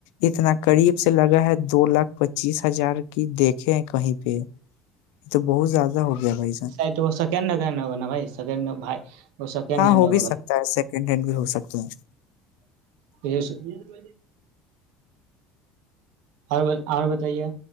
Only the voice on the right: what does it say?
<unintelligible>
<unintelligible>
ہینڈ
ہوگا
<unintelligible> ا <inaudible> اور اور بتائے